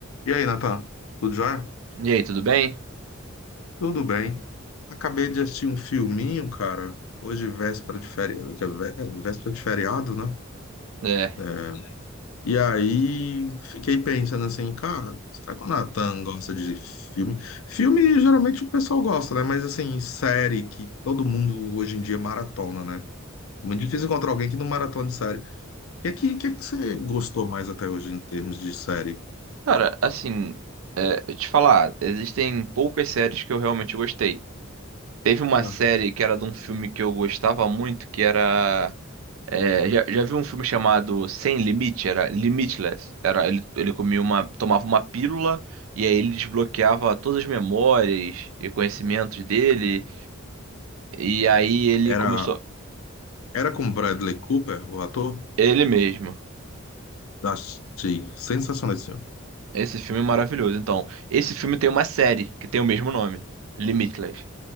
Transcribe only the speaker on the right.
E aí, tudo bem?
É,
cara, assim, é, eu te falar, existem poucas séries que eu realmente gostei. Teve uma
série que era de um filme que eu gostava muito, que era. é, já, já vi um filme chamado Sem Limite? Era Limitless. Era, ele, ele comia uma, tomava uma pílula e aí ele desbloqueava todas as memórias e conhecimentos dele. E aí ele
começou.
Ele mesmo.
Esse filme é maravilhoso. Então, esse filme tem uma série que tem o mesmo nome, Limitless.